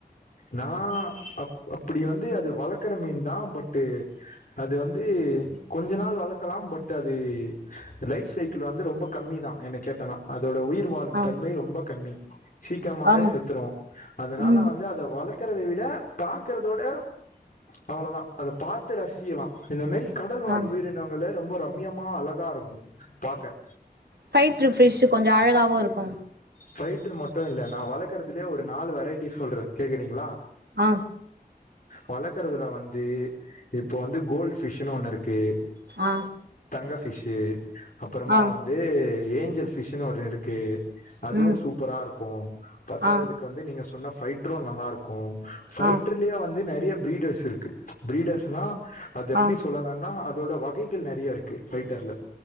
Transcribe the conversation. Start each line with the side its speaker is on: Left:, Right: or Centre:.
Left: நா அ அப்டி வந்து அது வளர்க்கற மீன் தா பட்டு் அது வந்து கொஞ்ச நாள் வளக்கலாம் பட் அது லைப் சைக்கிள் இது வந்து ரொம்ப கம்மி தா என்ன கேட்டனா அதோட உயிர் வாழும்
Right: ஆ
Left: தன்மை ரொம்ப கம்மி சீக்கிரமாவே
Right: ஆமா
Left: செத் துரு அதனால
Right: ம்
Left: வந்து அத வளர்க்கறத விட பாக்கறத விட அவ்ளவுதா அத பாத்து ரசிக்கலா இந்த மாரி கடல் வாழ்
Right: ஆ
Left: உயிரினங்கள ரொம்ப ரம்மியமா அழகா இருக்கு பாக்க
Right: ஃபைட்டர் ஃபிஷ்சு கொஞ்ச அழகாவு இருக்கு
Left: ஃபைட்டர் மட்டு இல்ல நா வளர்க்கறதுலே ஒரு நாலு வெரைட்டி சொல்ற கேக்குறீங்ளா
Right: ஆ
Left: வளர்க்கறதுல வந்து இப்போ வந்து கோல்டு ஃபிஷ்ன்னு ஒன்னு இருக்கு
Right: ஆ
Left: தங்க ஃபிஷ்சு அப்பறமா
Right: ஆ
Left: வந்து ஏஞ்சல் ஃபிஷ்ன்னு ஒன்னு இருக்கு அதுவு
Right: ம்
Left: சூப்பரா இருக்கு பத்தாததுக்கு
Right: ஆ
Left: வந்து நீங்க சொன்ன ஃபைட்ரு நல்லா இருக் கு ஃபைடர்லே
Right: ஆ
Left: வந்து நெறைய பிரீடர்ஸ் இருக்கு பீடர்ஸ்னா அது எப்டி
Right: ஆ
Left: சொல்லலான்னா அதோட வகைகள் நெறைய இருக்கு ஃபைட்டர்ல